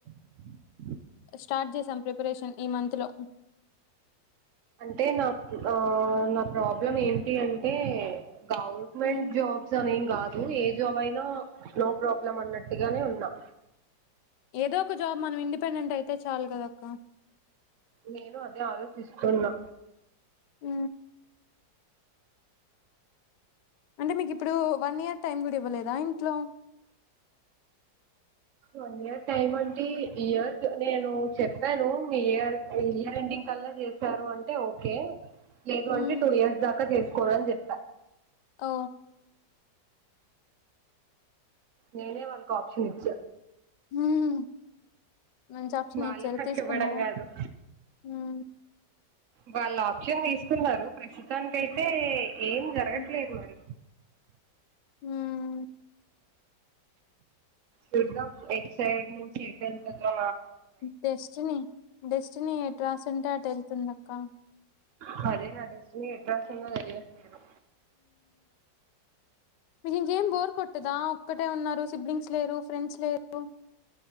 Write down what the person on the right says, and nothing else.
<inaudible>
అంటే నా ఆ నా ప్రాబ్లం ఏంటి అంటే గవర్నమెంట్
జాబ్స్ అనేంగాద్ ఏ జాబ్ అయినా నో ప్రాబ్లం అన్నట్టుగానే ఉన్నా
నేను అదే ఆలోచిస్తున్నా
వన్ ఇయర్ టైమ్ అంటే ఇయర్ నేను చెప్పాను మీ ఇయర్ ఇయర్ ఎండింగ్ కల్లా చేసారు అంటే ఓకే లేదు
అంటే టూ ఇయర్స్ దాకా చేసుకోని అని చెప్
నేనే వాళ్ళకు ఓప్షన్ ఇచ్చ
వాళ్ళు
నాకు
ఇవ్వడం కాదు
వాళ్ళు ఆప్షన్ తీస్తున్నారు ప్రస్తుతానినికి అయితే ఏం జరగట్లేదు
మరి.
చూద్దాం ఎట్ సైడ్ నుంచి ఎటిల్తదో
పదే నాడెస్టిని ఎట్రాస్ తెలియట్లేదు.